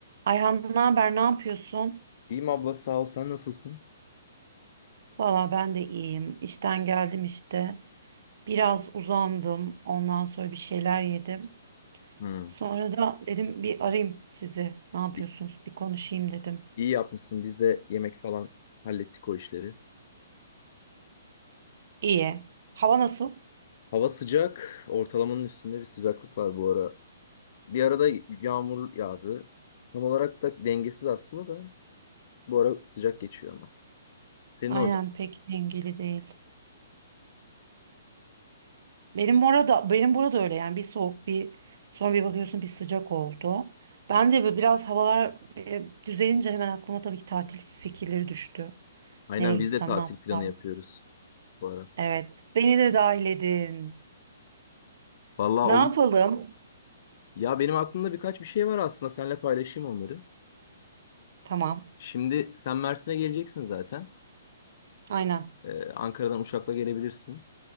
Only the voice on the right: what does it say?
Ayhan ne haber, ne yapıyorsun?
Valla ben de iyiyim. İşten geldim işte. Biraz uzandım. Ondan sonra bir şeyler yedim.
Sonra da dedim bir arayayım sizi. Ne yapıyorsunuz?
Bir konuşayım dedim.
İyi. Hava nasıl?
Aynen
pek dengeli değil. Benim orada benim burada öyle yani bir soğuk bir sonra bir bakıyorsun bir sıcak oldu. Ben de böyle biraz havalar e, düzelince hemen aklıma tabii ki tatil fikirleri düştü.
Nereye gitsem,
ne yapsam?
Evet, beni de dahil edin.
Ne
yapalım?
Tamam.
Aynen.